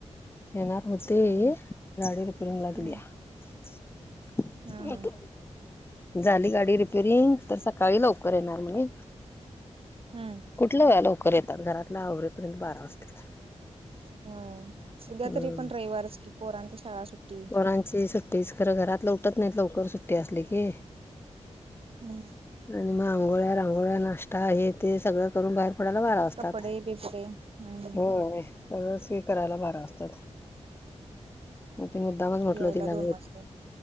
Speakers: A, on the left; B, on the right.
A: मग ते,
B: हम्म
A: गाडी रिपेरिंग ला दिली
B: हम्म
A: आहेत.
B: हम्म
A: झाली गाडी रिपेरिंग तर, सकाळी लवकर येणार मी.
B: हम्म
A: कुठल्या वे लवकर येतात, घरातल्या आवरपर्यंत बारा वाजतात.
B: अ उद्या
A: हम्म
B: तरी पण, रविवारच कि पोरांची शाळा सुट्टी
A: मुलांचे सुट्टी खरं घरात ल उठत नाही लवकर, सुट्टी असली की
B: हम्.
A: आणि मग आंघोळ्या रांगोळ्या, नाश्ता आहे ते सगळं करून बाहेर आपल्याला बारा वाजतात,
B: कपडे बिपडे हम्म
A: हो सगळं व्यवस्थित करायला बारा वाजतात. ते मुद्दामून म्हटल,
B: यायला
A: तिला
B: दोन
A: मी.
B: वाजते